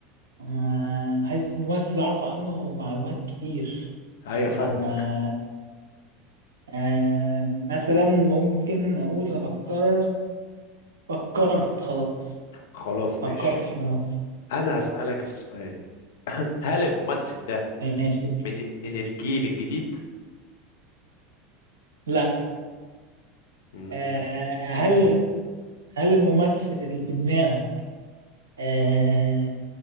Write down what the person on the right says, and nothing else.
آه عايز ممثل اعرف عنه معلومات كتير
عشان ما آه مثلا ممكن اقول فكرت فكرت خلاص
فكرت في ممثل
ماشي
لا
آه، هل هل الممثل اللي في دماغك آه،